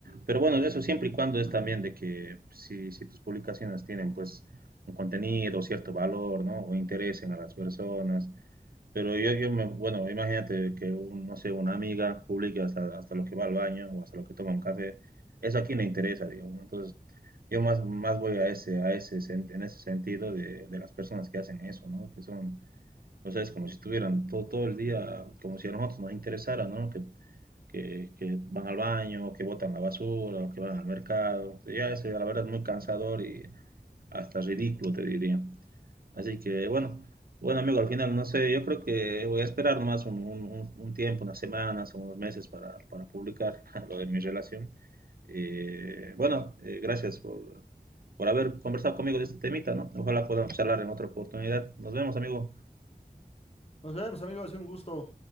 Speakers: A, on the right (about 65°); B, on the left (about 40°).
A: Pero bueno, eso siempre y cuando es también de que si, si tus publicaciones tienen pues un contenido, cierto valor, ¿no? O interesen a las personas. Pero yo, yo me, bueno, imagínate que, un- no sé, una amiga publique hasta, hasta lo que va al baño o hasta lo que toma un café. Eso a quién le interesa, digamos. ¿no? Entonces, yo más, más voy a ese, a ese, sen- en ese sentido de, de las personas que hacen eso, ¿no? Que son o sea, es como si estuvieran todo, todo el día, como si a nosotros nos interesara, ¿no? Que, que, que van al baño, que botan la basura, o que van al mercado. Ya es, eh, la verdad, muy cansador y hasta ridículo, te diría. Así que, bueno, bueno, amigo, al final, no sé, yo creo que voy a esperar nomás un, un- un- un tiempo, unas semanas o unos meses para, para publicar <laughs> lo de mi relación. Eh, bueno, eh, gracias por, por haber conversado conmigo de este temita, ¿no? Ojalá podamos charlar en otra oportunidad. Nos vemos, amigo.
B: Nos vemos, amigos, ha sido un gusto.